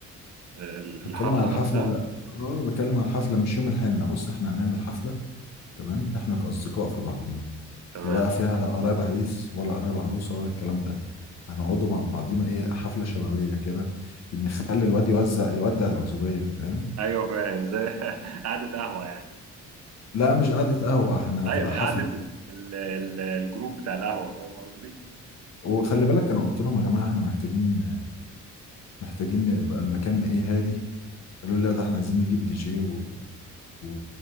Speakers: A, on the right; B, on the left.
A: ال- الحفلة
B: بتكلم على الحفله
A: نفسها
B: لا اه بتكلم على الحفله مش يوم الحنه بص احنا هنعمل حفله تمام احنا كاصدقاء في بعضينا
A: تمام
B: لا بقى فيها قرايب عريس ولا قرايب عروسه ولا الكلام ده هنقعدوا مع بعضينا ايه حفله شبابيه كده نخلي الواد يوزع يودع العزوبيه فاهم
A: ايوه فاهم زي <laughs> قعدة قهوة يعني
B: لا مش قعدة قهوة احنا
A: <laughs> ايوه
B: هتبقى
A: قعدة
B: حفلة
A: ال- ال- الجروب بتاع القهوة فاهم قصدي
B: وخلي بالك انا قلت لهم يا جماعة احنا محتاجين محتاجين يبقى المكان ايه هادي قالوا لي لا ده احنا عايزين نجيب دي جي و... و...